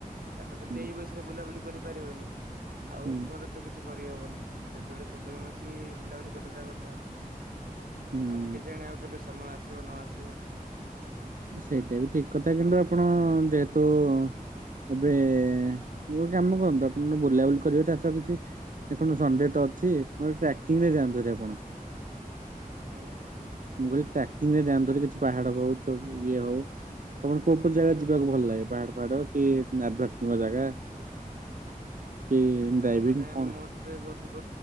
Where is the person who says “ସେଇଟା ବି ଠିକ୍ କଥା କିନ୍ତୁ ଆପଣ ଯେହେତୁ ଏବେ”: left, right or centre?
Right